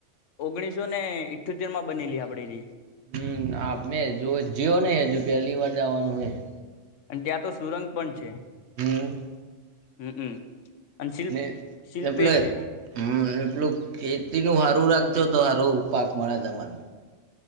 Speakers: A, on the left; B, on the right.
A: ઓગણીસો ને ઇઠ્યોતેર માં બનેલી આપણે-
B: હમ આપ મે જો જીઓ ન હ પહેલી વાર જવાનું હ-
A: અને ત્યાં તો સુરંગ પણ છે.
B: હમ
A: હમમ અને શિલ્પ
B: ને
A: શિલ્પે
B: ને પેલે
A: છે.
B: હમ એટલું ખેતી નું સારું રાખજો તો સારો પાક મળે તમાને-